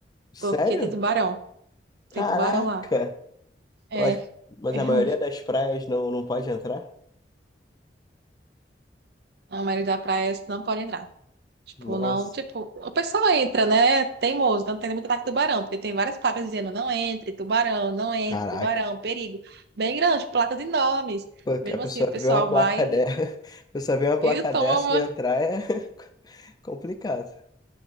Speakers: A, on the left; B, on the right.
A: sério?
B: porque tem tubarão. Tem
A: Caraca!
B: tubarão lá. É,
A: Mas, mas
B: é,
A: a maioria
B: um,
A: das praias não, não pode entrar?
B: a maioria das praias não pode entrar. Tipo,
A: Nossa,
B: não, tipo, o pessoal entra, né? Teimoso, não tem muito ataque de tubarão, porque tem várias placas dizendo não entre, tubarão, não entre,
A: caraca.
B: tubarão, perigo. Bem grandes, placas enormes.
A: Pô, a
B: Mesmo
A: pessoa
B: assim, o pessoal
A: vê uma placa
B: vai
A: dessa, <laughs> a pessoa vê uma placa
B: e toma
A: dessa e entrar é <laughs> complicado.